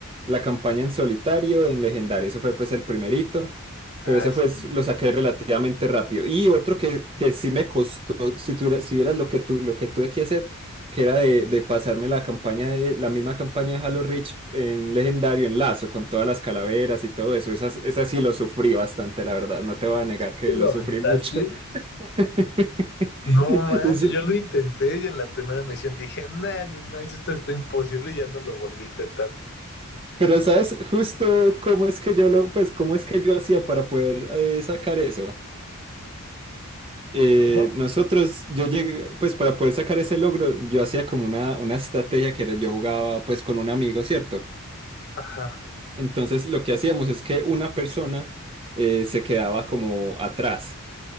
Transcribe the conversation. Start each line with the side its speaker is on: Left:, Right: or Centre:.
Right: la campaña en solitario, en legendario, ese fue pues el primerito,
Left: Ah,
Right: pero ese
Left: sí.
Right: fue, lo saqué relativamente rápido. Y otro que, que sí me costó, si tuviera, si vieras lo que tu, lo que tuve que hacer, que era de, de pasarme la campaña de, la misma campaña de Halo Reach en legendario, en lazo, con todas las calaveras y todo eso, esas, esas sí lo sufrí bastante, la verdad, no te voy a negar
Left: ¿Sí
Right: que
Left: te lo
Right: lo
Left: aventaste?
Right: sufrí mucho. <laughs>
Left: No manches,
Right: Y s-
Left: yo lo intenté y en la primera misión dije, nah, ni más, esto está imposible y ya no lo volví a intentar.
Right: Pero sabes justo cómo es que yo lo, pues cómo es que yo hacía para poder eh, sacar eso. Eh,
Left: ¿Cómo?
Right: nosotros, yo llegué, pues para poder sacar ese logro, yo hacía como una, una estrategia que era, yo jugaba pues con un amigo, ¿cierto?
Left: Ajá.
Right: Entonces lo que hacíamos es que una persona eh, se quedaba como atrás